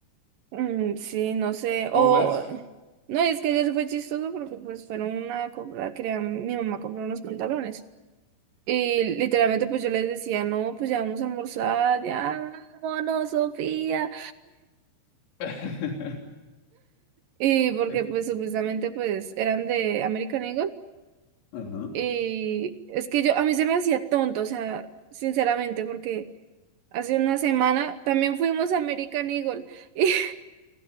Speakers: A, on the right; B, on the left.
A: Mm, sí, no sé,
B: o
A: o,
B: más.
A: no, es que ayer fue chistoso porque pues fueron a comprar, querían, mi mamá compró unos pantalones. Y literalmente pues yo les decía, no, pues ya vamos a almorzar, ya vámonos, Sofía.
B: <laughs>
A: Y porque
B: Ex-
A: pues supuestamente pues eran de American Eagle.
B: Ajá.
A: Y es que yo, a mí se me hacía tonto, o sea, sinceramente, porque hace una semana también fuimos a American Eagle <laughs> y,